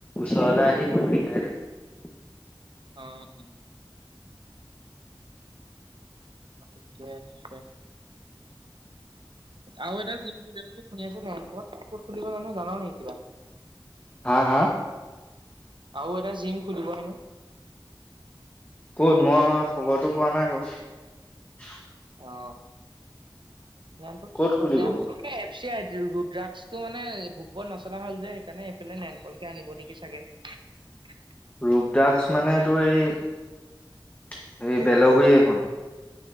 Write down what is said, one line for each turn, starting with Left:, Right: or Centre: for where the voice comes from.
Left: ওচৰলে আহি তোক শিকাই থাকে।
Right: অ উম থিকে আছে। আৰু এটা জিম খিব বুলি শুনি আছো ন ক'ত ক'ত খুলিব জানো জানা নে কিবা।
Left: হা হা
Right: আৰু এটা জিম খুলিব হেনো
Left: কত মই খবৰটো পোৱা নাই বাৰু
Right: অ নত
Left: ক'ত
Right: খুলিব নমটো
Left: বাৰু
Right: ৰৰুদ্ৰাকটো, মানে ভূপত, নচলা হল যে সেইকাৰণে এইফালে নেনপলকে আনিব নেকি চাগে। উ
Left: ৰোগ দ্ৰাস্ষ, মানে তোৰ এই হে
Right: ভূপত
Left: বেলগুৰি
Right: যে
Left: এখন।